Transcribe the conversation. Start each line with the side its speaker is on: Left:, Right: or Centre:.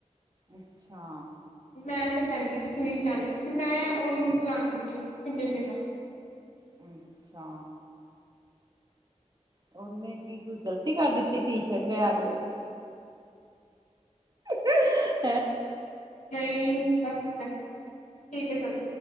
Right: ਅੱਛਾ।
Left: ਮੈਂ ਤੇ ਕਹਿੰਦੀ ਨੀ ਤੁੂੰਂ ਈ ਕਹਿ ਦੇ ਮੈਂ ਉਹਨੂੰ ਬੁਲਾਉਂਦੀ ਨ ਕਿੰਨੇ ਦਿਨਾਂ
Right: ਹਮ ਅੱਛਾ। ਉਹਨੇ ਕੀ ਕੋਈ ਗ਼ਲਤੀ ਕਰ ਦਿੱਤੀ ਟੀਸ਼ਰਟ ਲਿਆ ਆ ਗ ਹ ਹਾ ਆ।
Left: ਨਹੀਂ ਬਸ ਵਸੀ ਠੀਕ ਹੈ ਚਲ